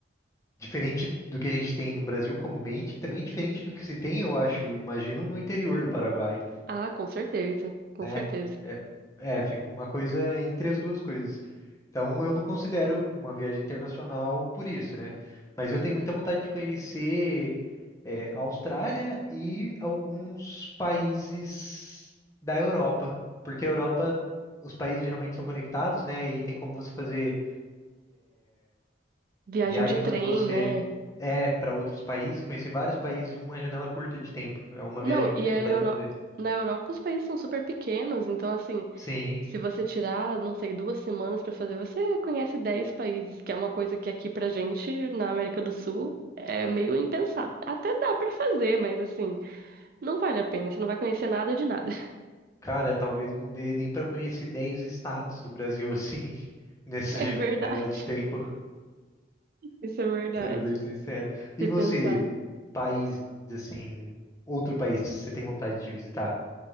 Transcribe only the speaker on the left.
diferente do que a gente tem no Brasil comumente, também diferente do que se tem, eu acho, imagino, no interior do Paraguai,
né?
É, é, fica uma coisa entre as duas coisas. Então, eu não considero uma viagem internacional por isso, né? Mas eu tenho muita vontade de conhecer é, a Austrália e alguns países da Europa, porque a Europa, os países geralmente são conectados, né? E tem como você fazer
Viagens
onde você
é para outros países e conhecer vários países em uma janela curta de tempo. É uma
viagem que
eu tenho
vontade
de fazer.
Sim,
cara, talvez não dê nem para conhecer 10 estados do Brasil assim, <laughs> nessa janela
de tempo,
sendo bem sincero. E
você,
país assim, outro país que você tem vontade de visitar?